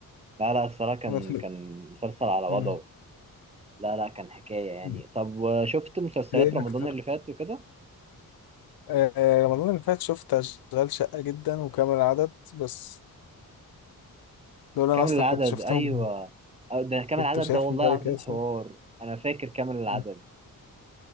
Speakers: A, on the right; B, on the left.
A: لا لا الصراحه كان
B: بس
A: كان مسلسل على وضعه
B: مم.
A: لا لا كان حكايه يعني
B: مم.
A: طب شفت مسلسلات
B: ايه
A: رمضان
B: اكتر
A: اللي فات وكده
B: آه آه، رمضان اللي فات شفت اشغال شقة جدا وكامل العدد بس دول انا
A: كامل
B: اصلا
A: العدد
B: كنت شفتهم
A: ايوه أو ده كامل
B: كنت
A: العدد
B: شايفهم
A: ده والله
B: بقالي
A: العظيم
B: كده
A: حوار
B: سنة
A: انا فاكر كامل العدد
B: مم.